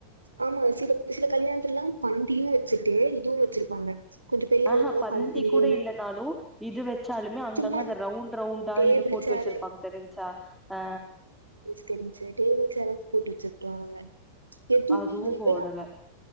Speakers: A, on the right; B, in the centre.
A: ஆமா சில சில கல்யாணத்துல எல்லா பந்தியு வச்சுட்டு இதுவு வச்சிருப்பாங்க கொஞ்சோ பெரிய
B: ஆ
A: ஆளுங்கல்லா
B: ஹா பந்தி
A: பந்தில
B: கூட இல்லனாலு இது வச் ச்சாலுமே அங்கங்க
A: சும்மா
B: அந்த ரவுண்ட் ரவுண்டா
A: டேபிள்
B: இது போட்டு
A: சேரு
B: வச்சிருப்பாங்க தெரிஞ்ச்சா அ
A: தெரிஞ்சி டேபிள் சாரு போட்டு வெச்சிருக்கலாங்க எதுவுமே
B: அதுவு
A: இல்லையே
B: போடல
A: எல்லா